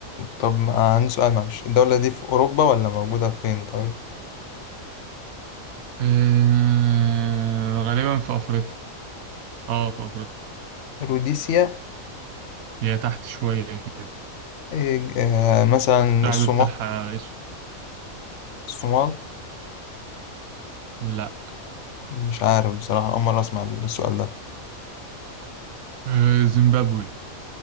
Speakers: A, on the left; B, on the right.
A: طب ما- عندي سؤال معلش الدولة دي في اوروبا ولا موجودة فين طيب
B: آه، غالبا في أفريقيا آه في أفريقيا
A: روديسيا
B: هي تحت شوية كده
A: إيه، آه، مثلا
B: الشعب
A: الصومال
B: بتاعها اسود
A: الصومال
B: لا
A: مش عارف بصراحة أول مرة أسمع السؤال ده
B: آه، زيمبابوي